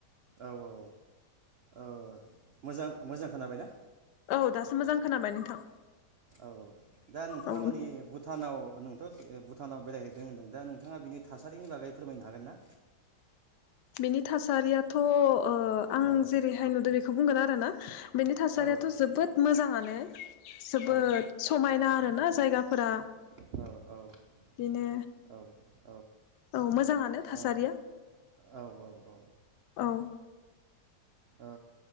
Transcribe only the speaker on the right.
औ औ। औ मोजां मोजां खोनाबायना?
औ दा नोंथाङा
माने भुटानाव नोंथ' भुटानाव बेरायहैदों होनदों दा नोंथाङा बिनि थासारिनि बागै फोरमायनो हागोन ना?
औ
औ
औ
औ औ
औ।
औ औ औ औ
ओ